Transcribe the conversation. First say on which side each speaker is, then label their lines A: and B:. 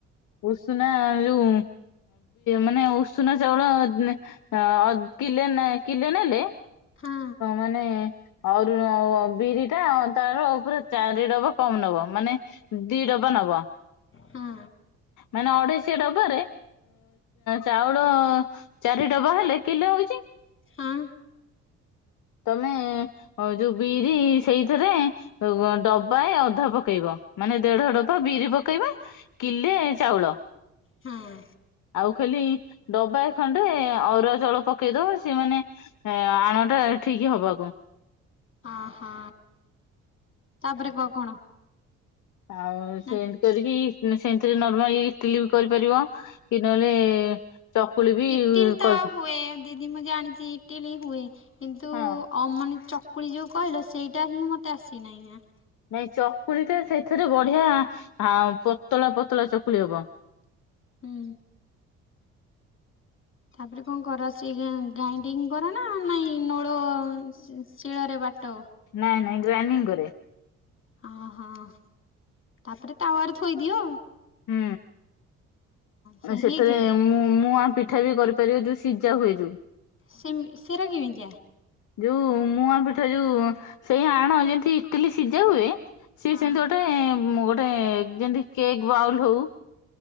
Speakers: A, on the left; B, on the left.
A: ଉଷୁନା ଯୋଉ ମାନେ ଉଷୁନା ଚାଉଳ ଅ କିଲେ କିଲେ ନେଲେ
B: ହଁ
A: ମାନେ ଅହୁରି ବିରିଟା ତାର ଉପରେ ଚାରି ଡବା କମ୍ ନବ ମାନେ ଦି ଡବା ନବ।
B: ହଁ
A: ମାନେ ଅଢେଇଶିଆ ଡବାରେ ଚାଉଳ ଚାରି ଡବା ହେଲେ କିଲେ ହଉଛି
B: ହଁ
A: ତମେ ଯୋଉ ବିରି ସେଇଥିରେ ଡବାଏ ଅଧା ପକେଇବ ମାନେ ଦେଢ ଡବା ବିରି ପକେଇବ କିଲେ ଚାଉଳ।
B: ହଁ।
A: ଆଉ ଖାଲି ଡବାଏ ଖଣ୍ଡେ ଅରୁଆ ଚାଉଳ ପକେଇଦବ ସିଏ ମାନେ ଆଣଟା ଠିକ୍ ହବାକୁ।
B: ଓ ହୋ ତାପରେ କହ କଣ?
A: ଆଉ
B: ନା
A: ସେମିତି କରିକି ସେମି ସେଥିରେ ର୍ନମାଲି ଇଟିଲି ବି କରିପାରିବ କି ନହେଲେ ଚକୁଳି ବି
B: ଇଟିଲି ତ
A: କରି
B: ହୁଏ ଦିଦି ମୁଁ ଜାଣିଛି ଇଟିଲି ହୁଏ କିନ୍ତୁ ଅ
A: ହଁ
B: ମାନେ ଚ ଚକୁଳି ଯୋଉ କହିଲ ସେଇଟା ହିଁ ମତେ ଆସେନାହିଁ ନା।
A: ନାଇଁ ଚକୁଳି ଟା ସେଇଥିରେ ବଢିଆ ପତଳା ପତଳା ଚକୁଳି ହବ।
B: ହୁଁ ତାପରେ କଣ କରୁଛି ଗ୍ରାଇଣ୍ଡିଙ୍ଗ୍ କର ନା ନାଇଁ ନୋଳ ଶିଳରେ ବାଟ।
A: ନାଇଁ ନାଇଁ ଗ୍ରାଇଣ୍ଡିଙ୍ଗ୍ କରେ।
B: ହଁ ହଁ ତାପରେ ତାୱରେ ଥୋଇଦିଅ ଆଉ।
A: ହୁଁ।
B: ସେ
A: ସେଥେରେ
B: ହେଇଯାଏ।
A: ମୁଁ ମୁଁ ମୁଆଁ ପି ପିଠା ବି କରିପାରିବ ଯୋଉ ସିଜା ହୁଏ ଯୋଉ।
B: ସେ ସେଗୁରା କେମିତିିଆ?
A: ଯୋଉ ମୁଆଁ ପିଠା ଯୋଉ ସେଇ ଆଣ ଯେମିତି ଇଟିଲି ସିଝା ହୁଏ ସିଏ
B: ହଁ
A: ସେମିତି ଗୋଟେ ଗୋ ସେ ଯେମିତି କେକ୍ ବାଉଲ୍ ହଉ